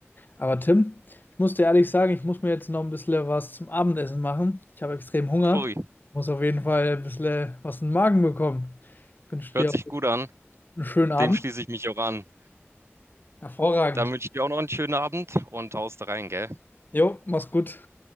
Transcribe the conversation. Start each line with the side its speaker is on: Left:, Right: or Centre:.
Left: Aber Tim, ich muss dir ehrlich sagen, ich muss mir jetzt noch ein bisschen was zum Abendessen machen. Ich habe extrem Hunger.
Right: Ui,
Left: Muss auf jeden Fall ein bisschen was in den Magen bekommen. Ich wünsche
Right: hört
Left: dir
Right: sich gut an.
Left: einen schönen Abend.
Right: Dem schließe ich mich auch an.
Left: Hervorragend.
Right: Dann wünsche ich dir auch noch einen schönen Abend und haust rein, gell?
Left: Jo, mach's gut.